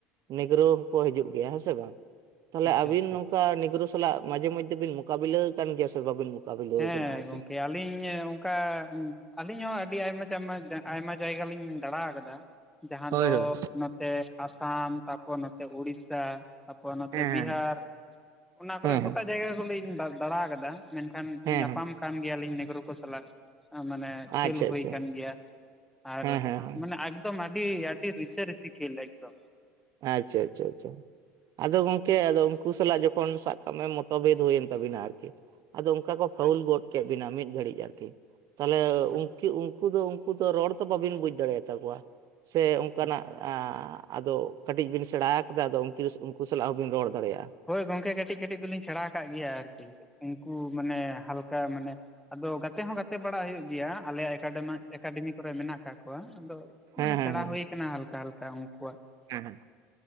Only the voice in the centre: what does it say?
ᱟᱪᱪᱷᱟ
ᱟᱪᱪᱷᱟ
ᱦᱮᱸ
ᱜᱚᱢᱠᱮ ᱟᱹᱞᱤᱧ ᱚᱱᱠᱟ ᱟᱹᱞᱤᱧ ᱦᱚᱸ ᱟᱹᱰᱤ ᱟᱭᱢᱟ ᱴᱟᱭᱢᱟ <inaudible> ᱟᱭᱢᱟ ᱡᱟᱭᱜᱟ ᱞᱤᱧ ᱫᱟᱬᱟ ᱟᱠᱟᱫᱟ ᱡᱟᱸᱦᱟᱸ
ᱫᱚ
ᱱᱚᱛᱮ ᱟᱥᱟᱢ ᱛᱟᱯᱚᱨ ᱱᱚᱛᱮ ᱩᱲᱤᱥᱟ ᱛᱟᱯᱚᱨ ᱱᱚᱛᱮ
ᱵᱤᱦᱟᱨ᱾ ᱚᱱᱟ ᱠᱚᱨᱮ
ᱜᱚᱴᱟ ᱡᱟᱭᱜᱟ ᱠᱚᱞᱤᱧ ᱫᱟᱬᱟ ᱟᱠᱟᱫᱟ ᱢᱮᱱᱠᱷᱟᱱ ᱧᱟᱯᱟᱢ
ᱠᱟᱱ ᱜᱮᱭᱟᱞᱤᱧ ᱱᱮᱜᱨᱳ ᱠᱚ ᱥᱟᱞᱟᱜ ᱢᱟᱱᱮ ᱠᱷᱮᱞ
ᱦᱩᱭ
ᱟᱠᱟᱱ ᱜᱮᱭᱟ᱾ ᱟᱨ
ᱢᱟᱱᱮ ᱮᱠᱫᱚᱢ ᱟᱹᱰᱤ ᱟᱹᱰᱤ ᱨᱤᱥᱟᱹ ᱨᱤᱥᱤ ᱠᱷᱮᱞ ᱮᱠᱫᱚᱢ᱾
ᱦᱳᱭ
ᱦᱳᱭ
ᱦᱳᱭ
ᱦᱳᱭ ᱜᱚᱝᱠᱮ ᱠᱟᱹᱴᱤᱡ ᱠᱟᱹᱴᱤᱡ ᱫᱚᱞᱤᱧ ᱥᱮᱬᱟ ᱟᱠᱟᱜ ᱜᱮᱭᱟ ᱟᱨᱠᱤ ᱩᱱᱠᱩ ᱢᱟᱱᱮ ᱦᱟᱞᱠᱟ ᱢᱟᱱᱮ ᱟᱫᱚ ᱜᱟᱛᱮ ᱦᱚᱸ ᱜᱟᱛᱮ ᱵᱟᱲᱟ ᱦᱩᱭᱩᱜ ᱜᱮᱭᱟ, ᱟᱞᱮᱭᱟᱜ ᱮᱠᱟᱰᱮᱢᱟ ᱮᱠᱥᱰᱮᱢᱤ ᱠᱚᱨᱮ ᱢᱮᱱᱟᱜ ᱠᱟᱜ ᱠᱚᱣᱟ, ᱟᱫᱚ
ᱢᱟᱱᱮ
ᱥᱮᱬᱟ ᱦᱩᱭ ᱠᱟᱱᱟ ᱦᱟᱞᱠᱟ ᱦᱟᱞᱠᱟ ᱩᱱᱠᱩᱣᱟᱜ᱾